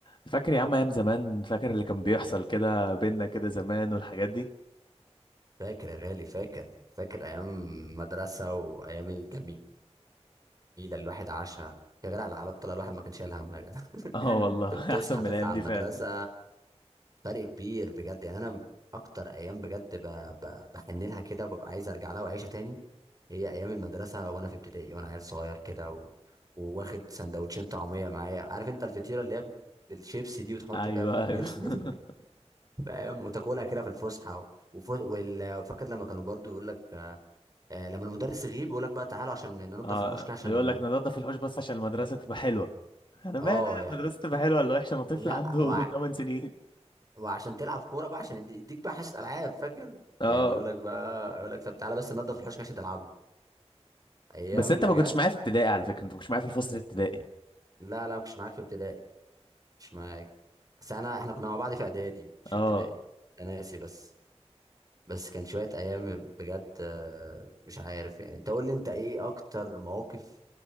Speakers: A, on the left; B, on the right.
A: فاكر يا عم ايام زمان فاكر اللي كان بيحصل كده بينا كده زمان والحاجات دي
B: فاكر يا غالي فاكر فاكر ايام مدرسه وايام الجميله اللي الواحد عاشها يا غالي على حالات طلع الواحد ما كانش شايل هم يا جدع
A: اه والله
B: <laughs> كنت بتصحى
A: <laughs> احسن من
B: تطلع
A: الايام
B: على
A: دي
B: المدرسه
A: فعلا
B: فرق كبير بجد يعني انا اكتر ايام بجد ب... ب... بحن لها كده وببقى عايز ارجع لها واعيشها تاني هي ايام المدرسه وانا في ابتدائي وانا عيل صغير كده و... وواخد سندوتشين طعميه معايا عارف انت الفطيره اللي هي ب- بالشيبسي دي بتحط
A: ايوه
B: فيها
A: ايوه
B: فطير
A: <laughs>
B: <laughs> فاهم وتاكلها كده في الفسحه و... وف... وال... فاكر لما كانوا برضو يقول لك آه، لما المدرس يغيب يقول لك بقى تعالوا عشان ننضف
A: اه
B: الحوش كده عشان
A: يقول لك ننضف الحوش بس عشان المدرسه تبقى حلوه انا مال
B: اه
A: انا
B: يعني
A: المدرسه تبقى حلوه ولا وحشه انا طفل
B: لا
A: عنده
B: وع...
A: <laughs> 8 سنين
B: وعشان تلعب كوره بقى عشان يدي- يديك بقى حصه العاب فاكر
A: اه
B: يعني يقول لك بقى يقول لك طب تعالى بس ننضف الحوش كده عشان تلعبوا ايام
A: بس انت
B: بجد
A: ما كنتش معايا في ابتدائي على فكره انت ما كنتش معايا في الفصل الابتدائي
B: لا لا ما كنتش معاك في ابتدائي مش معاك بس انا احنا كنا مع بعض في اعدادي مش في
A: اه
B: ابتدائي انا ناسي بس بس كان شوية أيام بجد آه، مش عارف يعني أنت قول لي أنت إيه أكتر مواقف